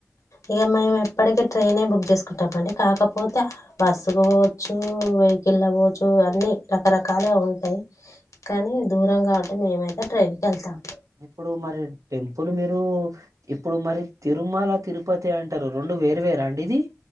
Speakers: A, on the left; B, on the right.
A: ఇగా మేము ఎప్పటికీ ట్రైనే బుక్ చేసుకుంటాం అండి కాకపోతే బస్సుకి పోవచ్చు వెహికల్ ల పోవచ్చు అన్నీ రకరకాలుగా ఉంటాయి కానీ దూరం కాబట్టి మేమైతే ట్రైన్ కెళ్తాము.
B: ఇప్పుడు మరి టెంపుల్ మీరు ఇప్పుడు మరి తిరుమల తిరుపతి అంటారు రెండూ వేరు వేరా అండి ఇది